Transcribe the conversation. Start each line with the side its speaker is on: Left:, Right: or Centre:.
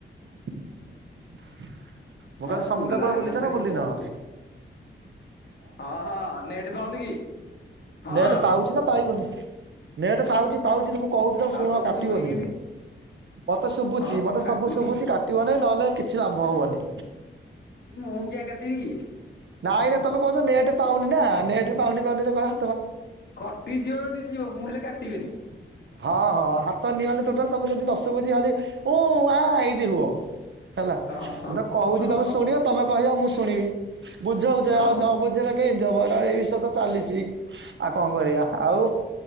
Right: ମୁଁ
Left: ହଁ
Right: କହଲି ସମୁଦ୍ର
Left: ବୁଲା
Right: କୂଳ
Left: ହେଇଗଲେ
Right: ବୁଲିଛ ନା ବୁଲି
Left: ବହୁତ
Right: ନ?
Left: ହଁ ହଁ ନେଟ ପାଉନି କି? ହଁ
Right: ନେଟ ପାଉଛି ନା ପାଇବନି। ନେଟ ପାଉଚି ପାଉଚି ଯେ ମୁଁ କହୁଚି ତମେ
Left: ଆଉ
Right: ଶୁଣ
Left: ତମକୁ
Right: କାଟିବନି।
Left: ଶୁଭୁନି କେମିତି
Right: ମତେ ଶୁବୁଚି
Left: ହଁ ହଁ
Right: ମତେ
Left: ମୁଁ କାଟୁନି।
Right: ସବୁ ଶୁବୁଚି କାଟିବ ନାହିଁ ନହେଲେ କିଛି ଲାଭ ହବନି।
Left: ମୁଁ କିଆଁ କାଟିବି
Right: ନାଇଁ ନା ତମେ କହୁଛ ନେଟ ପାଉନି ନା ନେଟ ପାଉନି ପାଉନିରେ କଣ
Left: କଟିଯିବ ଯଦି ଯିବ ମୁଁ ହେଲେ କାଟିବିନି।
Right: ହଁ ହଁ ହାତ ନିଅନି ଟୋଟାଲ ତମେ ଯଦି ନ ଶୁଭୁଛି ଖାଲି ଉଁ ଆଁ ଇନ୍ତି ହୁଅ। ହେଲା
Left: ହଁ ହଁ।
Right: ମୁଁ ତ କହୁଛି
Left: ହଁ
Right: ତମେ
Left: ହଁ।
Right: ଶୁଣିବ ତମେ କହିବ ମୁଁ ଶୁଣିବି। ବୁଝଉଛି
Left: ହଁ।
Right: ଆଉ ନ ବୁଝେଇଲେ କେଁତି ହବ। ଏଇ ବିଷୟ ତ ଚାଲିଛି ଆଉ କଣ କରିବା ଆଉ